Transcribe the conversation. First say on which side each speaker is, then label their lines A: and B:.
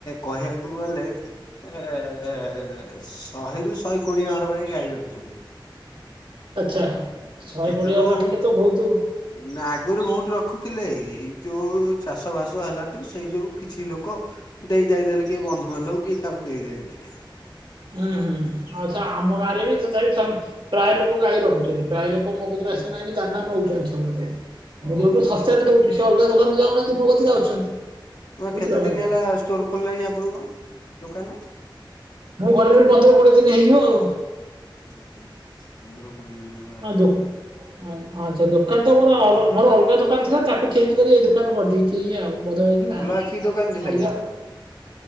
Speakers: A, on the left; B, on the right.
A: କହିବାକୁ ଗଲେ ଏ - ଏ - ଏ ଶହେରୁ ଶହେ କୋଡ଼ିଏ ଘର ପାଇଁ ଘର ଗାଈ ରଖିଛନ୍ତି।
B: ଆଚ୍ଛା ଶହେ
A: ସେଠାରୁ
B: କୋଡିଏ ଘରେ ରଖିଲେ ତ ବୋହୁତୁ
A: ନା ଆଗରୁ ବହୁତୁ ରଖୁଥିଲେ ଏଇ ଯୋଉ ଚାଷବାସ ହେଲା ଠୁ ସେଇ ଯୋଉ କିଛି ଲୋକ ଦେଇ ଦୁଆ ଦେଲେ କିଏ ବନ୍ଧୁବାନ୍ଧବଙ୍କୁ କିଏ କାହାକୁ ଦେଇ ଦୁଆ ଦେଲେ।
B: ହୁଁ ହୁଁ ଆଉ
A: ହଁ
B: ସେ ଆମ ଗାଈ <unintelligible> ପ୍ରାୟେ ଲୋକ ଗାଈ ରଖୁଛନ୍ତି ପ୍ରାୟେ ଲୋକ ମୋ କତୁରୁ ଆସିନାହାଁନ୍ତି ଦାନା ନୋଉଛନ୍ତି ସମସ୍ତେ।
A: ଓହୋ।
B: ମୁଁ ଯୋଉଠୁ ଶସ୍ତା ଦୋଉଛି ସେ ଅଲଗା ଦୋକାନରେ ଯାଉନାହାନ୍ତି ମୋ କତିକି ଆସୁଛନ୍ତି।
A: ତମେ
B: ବୁଝିଲ
A: କେତେ ଦିନ
B: ନା କି।
A: ହେଲା ଷ୍ଟୋର ଖୋଲିଲାଣି ଆପଣଙ୍କ ଦୋକାନ?
B: ମୁଁ ଘରେ ଘଡି ପନ୍ଦର କୋଡିଏ ଦିନ ହେଇଯିବ ଆଉ।
A: ଓହୋ ପନ୍ଦର କୋଡ଼ିଏ ଦିନେ
B: ନାଦୋ ହଁ ଆଚ୍ଛା ଦୋକାନ ତ ମର
A: ଆ
B: ମୋର ଅଲଗା ଦୋ ଥିଲା ତାକୁ ଚେଞ୍ଜ କରି ଏଇ ଦୋକାନ କରିଦେଇଛି ଆଉ ବଦଳ ହେଇକି ନା
A: ଅଲଗା କି ଦୋକାନ ଥିଲା
B: ଅଲଗା
A: କି ଆପଣଙ୍କର?